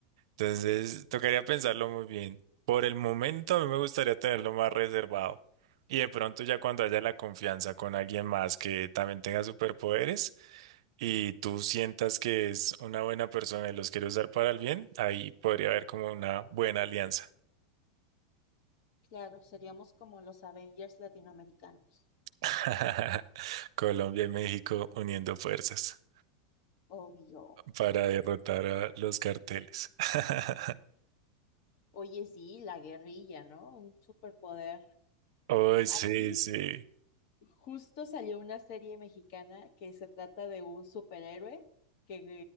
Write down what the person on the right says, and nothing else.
Entonces, tocaría pensarlo muy bien. Por el momento, a mí me gustaría tenerlo más reservado. Y de pronto, ya cuando haya la confianza con alguien más que también tenga superpoderes y tú sientas que es una buena persona y los quiere usar para el bien, ahí podría haber como una buena alianza.
<laughs> Colombia y México uniendo fuerzas
para derrotar a los carteles. <laughs>
Oh, sí,
sí.